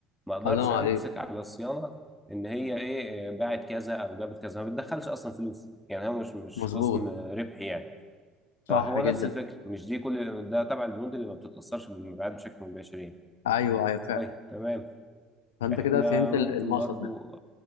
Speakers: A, in the centre; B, on the left (about 75°).
A: ما اقدرش
B: الله ينور
A: امسك
B: عليك
A: على الصيانة ان هي ايه باعت كذا او جابت كذا ما بتدخلش اصلا فلوس يعني هو مش مش
B: مظبوط
A: قسم ربحي يعني
B: صح
A: فهو
B: جدا
A: نفس الفكرة مش دي كل ده تبع البنود اللي ما بتتأثرش بالمبيعات بشكل مباشر يعني.
B: ايوه ايوه فعلا
A: طيب تمام
B: فانت
A: احنا
B: كده فهمت
A: ممكن
B: ال- المقصد
A: برضو
B: منه